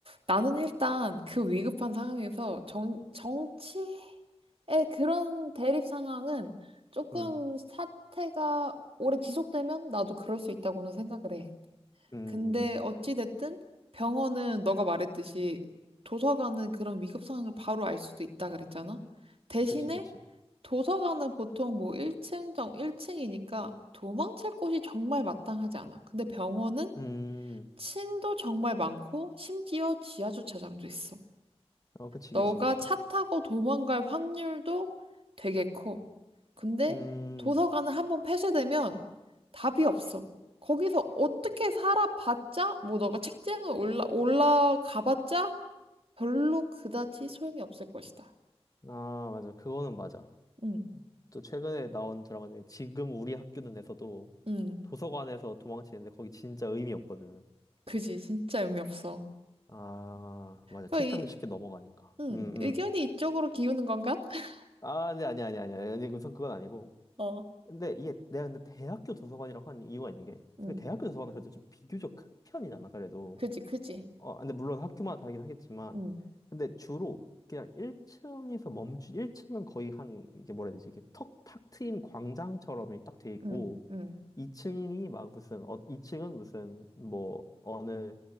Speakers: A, on the right; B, on the left.
A: 나는 일단 그 위급한 상황에서 정, 정치의 그런 대립 상황은 조금
B: 음,
A: 사태가 오래 지속되면 나도 그럴 수 있다고는 생각을 해.
B: 음,
A: 근데
B: 음.
A: 어찌됐든 병원은 너가 말했듯이 도서관은 그런 위급 상황을 바로 알 수도 있다 그랬잖아. 대신에
B: 그치, 그치.
A: 도서관은 보통 뭐 1층 정 1층이니까 도망칠 곳이 정말 마땅하지 않아. 근데 병원은
B: 음,
A: 층도 정말 많고 심지어 지하 주차장도 있어.
B: 어, 그치,
A: 너가
B: 그치, 그치.
A: 차 타고 도망갈 확률도 되게 커. 근데
B: 음,
A: 도서관을 한번 폐쇄되면 답이 없어. 거기서 어떻게 살아봤자, 뭐 너가 책장을 올라, 올라가봤자 별로 그다지 소용이 없을 것이다.
B: 아, 맞아. 그거는 맞아.
A: 응,
B: 또 최근에 나온 드라마 중에 지금 우리 학교는에서도
A: 응,
B: 도서관에서 도망치는데 거기 진짜 의미 없거든.
A: 그지. 진짜 의미 없어.
B: 아, 맞아.
A: 그,
B: 책장도
A: 이,
B: 쉽게 넘어가니까.
A: 응,
B: 음, 음.
A: 의견이 이쪽으로 기우는 건가? <laughs>
B: 아, 네, 아니 아니 아니 아니 아니, 우선 그건 아니고.
A: 어,
B: 근데 이게 내가 근데 대학교 도서관이라고 한 이유가 있는 게,
A: 응,
B: 그 대학교 도서관은 그래도 좀 비교적 큰 편이잖아, 그래도.
A: 그지, 그지.
B: 어, 근데 물론 학교마다 다르긴 하겠지만,
A: 응,
B: 근데 주로 그냥 1층에서 멈추, 1층은 거의 한 이게 뭐라 해야 되지, 이게 턱 탁 트인 광장처럼 딱 돼 있고,
A: 응, 응,
B: 2층이 막 무슨 어, 2층은 무슨 뭐 어느